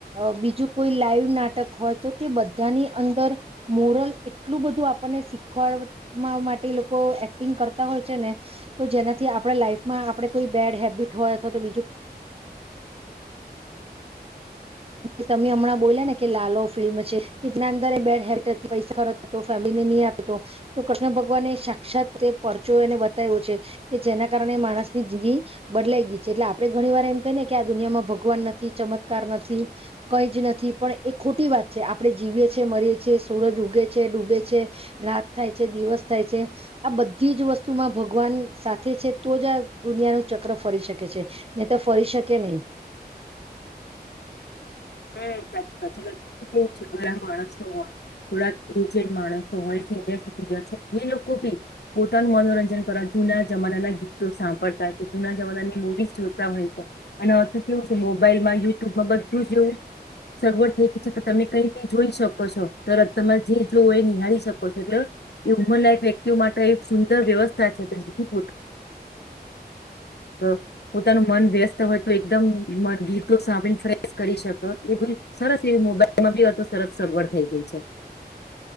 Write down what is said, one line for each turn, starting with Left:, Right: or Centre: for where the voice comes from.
Right: અ બીજું કોઈ લાઈવ નાટક હોય તો તે બધાની અંદર મોરલ એટલું બધું આપણને શીખવાડ માટે લોકો એક્ટિંગ કરતા હોય છે ને. તો જેનાથી આપણે લાઈફમાં આપડે કોઈ બેડ હેબિટ હોય અથવા તો બીજું તમે હમણાં બોલ્યા ને કે લાલો ફિલ્મ છે કેના અંદર બેડ હેબિટ પૈસા ખર્ચતો હતો ફેમલીને ની આપતો તો કૃષ્ણ ભગવાન એ સાક્ષાત એ પરચો એને બતાવ્યો છે કે જેના કારણે માણસ ની જિગી બદલાઈ ગઈ છે એટલે આપણે ઘણી વાર એમ કહીને કે આ દુનિયામાં ભગવાન નથી ચમત્કાર નથી કંઈ જ નથી પણ એ ખોટી વાત છે આપણે જીવીએ છીએ મરીએ છીએ સૂરજ ઉગે છે ડૂબે છે રાત થાય છે દિવસ થાય છે આ બધી જ વસ્તુમાં ભગવાન સાથે છે તો જ આ દુનિયાનું ચક્ર ફરી શકે છે નહી તો ફરી શકે નહીં.
Left: હા સાચ સાચી વાત કેવું છે ઘણા માણસો હોય થોડાક એજડ માણસો હોય સિનિયર સીટી એ લોકો બી પોતાનું મનોરંજન કરવા જૂના જમાનાના ગીતો સાંભળતા હોય છે, જૂના જમાનાની મુવી જોતા હોય છે અનેતું કેવું છે મોબાઈલમાં યુટ્યુબમાં બધું <unintelligible> સગવડ થઈ તમે કઈ ક જોઈ શકો છો તર તમે જે જો એ નિહાળી શકો છો એટલે એ ઉમરલાયક વ્યક્તિઓ માટે એક સુંદર વ્યવસ્થા છે કે જેથી પો પો પોતાનું અ મન વ્યસ્ત હોય તો એકદમ મ ગીતો સાંભળીને ફ્રેશ કરી શકો. એ બ સરસ એવી મોબાઈલમાં બી તો સરસ સગવડ થઈ ગઈ છે.